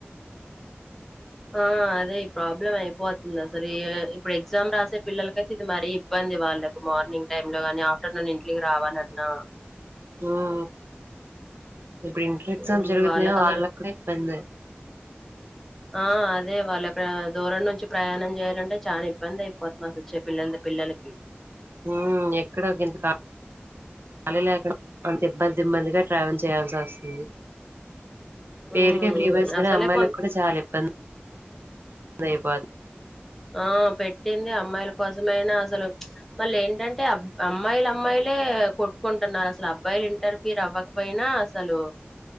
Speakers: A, in the centre; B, on the right (about 60°).
A: <inaudible> ఆ అదే ప్రాబ్లం అయిపోతుంది అసలు ఇప్పుడు ఎగ్జామ్ రాసే పిల్లలకైతే ఇది మరీ ఇబ్బంది వాళ్ళకి మార్నింగ్ టై లో కాని ఆఫ్టర్నూన్ ఇంంటికి రావాలన్నా
B: ఉమా ఇప్పుడు ఇంటర్ ఎక్సా
A: ఉమ్,
B: జరుగుతున్నాయో
A: వాళ్ళకి అసలు
B: వాళ్ళ కూడా ఇంది
A: <inaudible> ఆ అదే వాళ్ళ దూరం నుంచి ప్రయాణం చేయాలంటే చాలా ఇబ్బంది అయిపోతది అసలు వచ్చే పిల్లల కి నకి
B: మ్మ్ ఎక్కడ గింత కాళీ లేక అంత ఇబ్బంది ఇబ్బందిగా ట్రావెల్ చేయాల్సి వస్తుంది పేరుకే
A: ఉమ్,
B: ఫ్రీవర్స్
A: అసలే
B: నే అమ్మాయిలకు
A: కొ
B: కూడా చాలా ఇబ్బంది రేపు అది
A: ఆ పెట్టింది అమ్మాయిల కోసమైనా అసలు మళ్ళ ఏంటంటే అమ్మాయిలు అమ్మాయిలు లే కొట్టుకుంటున్నారు అసలు అబ్బాయిలు ఇంటర్ఫ్యూర్ అవ్వకపోయినా అసలు